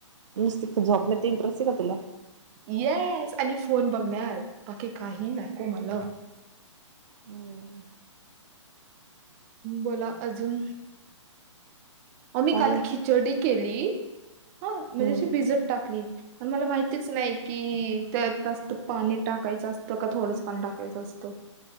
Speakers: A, on the right; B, on the right.
A: नुस झोपण्या इंटरेस्ट आहे का तुला?
B: येस आणि फोन बघण्यात बाकी काही नको मला.
A: हम्
B: बोला अजून आ मी
A: अजून
B: काल
A: काय?
B: खिचडी केली. हा म्हणजेशी
A: हम्म
B: भिजत टाकली. प मला माहितीच नाही की त्यात जास्त पाणी टाकायचं असतं का थोडंच पाणी टाकायचं असतं.